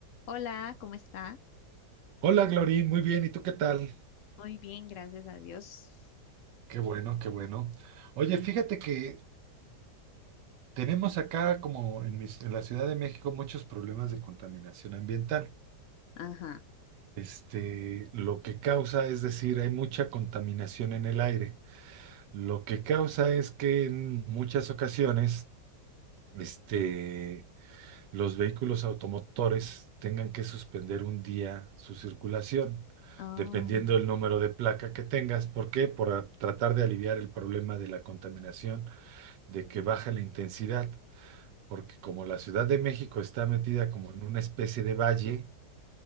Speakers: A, on the left; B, on the right.
A: Hola, ¿cómo está?
B: Hola, Glory, muy bien, ¿y tú qué tal?
A: Muy bien, gracias a Dios.
B: Qué bueno, qué bueno. Oye, fíjate que tenemos acá, como en mis- en la Ciudad de México, muchos problemas de contaminación ambiental.
A: Ajá.
B: Este, lo que causa, es decir, hay mucha contaminación en el aire. Lo que causa es que en muchas ocasiones, este, los vehículos automotores tengan que suspender un día su circulación,
A: Ah,
B: dependiendo del número de placa que tengas. ¿Por qué? Por a- tratar de aliviar el problema de la contaminación, de que baja la intensidad, porque como la Ciudad de México está metida como en una especie de valle,